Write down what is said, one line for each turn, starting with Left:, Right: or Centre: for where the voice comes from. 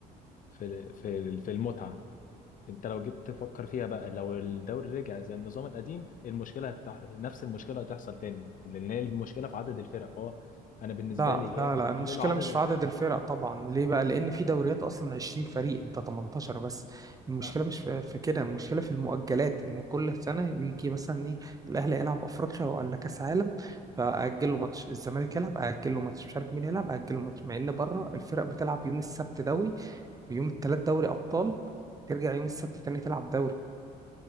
Left: في ال في ال- في المتعة انت لو جيت تفكر فيها بقى لو الدوري رجع زي النظام القديم المشكله هتح... نفس المشكله هتحصل تاني لان هي المشكله في عدد الفرق فهو انا بالنسبه
Right: لا
Left: لي يا
Right: لا
Left: اما
Right: لا المشكلة
Left: تقللوا عدد
Right: مش
Left: الفرق
Right: في عدد الفرق طبعا ليه بقى لأن في دوريات أصلا 20 فريق أنت 18 بس المشكلة
Left: آه،
Right: مش في, في كده المشكلة في المؤجلات إن كل سنة يجي مثلا إيه الأهلي يلعب أفريقيا ولا كأس عالم فأجل له ماتش الزمالك يلعب أجل له ماتش مش عارف مين يلعب أجل له ماتش مع إن بره الفرق بتلعب يوم السبت دوري ويوم التلات دوري أبطال ترجع يوم السبت تاني تلعب دوري